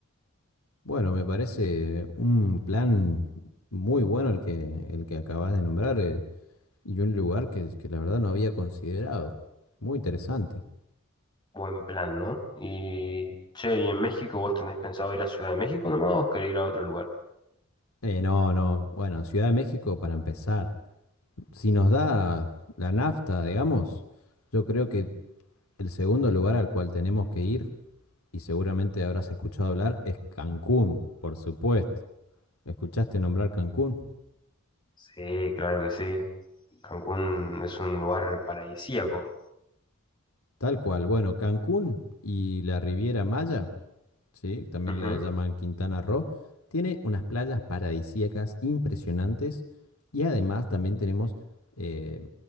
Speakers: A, on the left (about 80°); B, on the left (about 20°).
A: Bueno, me parece un plan muy bueno el que, el que acabas de nombrar. eh. Y un lugar que, que la verdad no había considerado. Muy interesante.
B: Buen plan, ¿no? Y, che, ¿y en México vos tenés pensado ir a Ciudad de México nomás o querés ir a otro lugar?
A: Eh, no, no. Bueno, Ciudad de México para empezar. Si nos da la nafta, digamos, yo creo que el segundo lugar al cual tenemos que ir, y seguramente habrás escuchado hablar, es Cancún, por supuesto. ¿Escuchaste nombrar Cancún?
B: Sí, claro que sí. Cancún es un lugar paradisíaco.
A: Tal cual. Bueno, Cancún y la Riviera Maya ¿sí? También
B: Ujú.
A: le llaman Quintana Roo. Tiene unas playas paradisíacas impresionantes y además también tenemos eh,